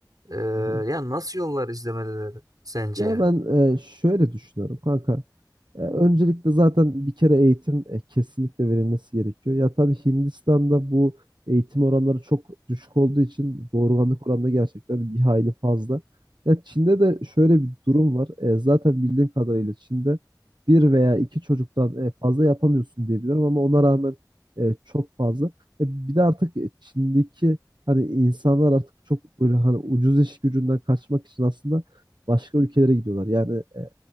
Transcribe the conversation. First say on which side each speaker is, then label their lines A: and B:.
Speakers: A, on the right (about 55°); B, on the right (about 80°).
A: E,
B: Hı hı.
A: yani nasıl yollar izlemeleri sence
B: Ya
A: yani?
B: ben e, şöyle düşünüyorum kanka. E, Öncelikle zaten bir kere eğitim e, kesinlikle verilmesi gerekiyor. Ya tabii Hindistan'da bu eğitim oranları çok düşük olduğu için doğurganlık oranı da gerçekten bir hayli fazla. Ya Çin'de de şöyle bir durum var. E, zaten bildiğim kadarıyla Çin'de bir veya iki çocuktan e, fazla yapamıyorsun diye biliyorum ama ona rağmen e, çok fazla. E, bir de artık e, Çin'deki hani insanlar artık çok böyle hani ucuz iş gücünden kaçmak için aslında başka ülkelere gidiyorlar. Yani e,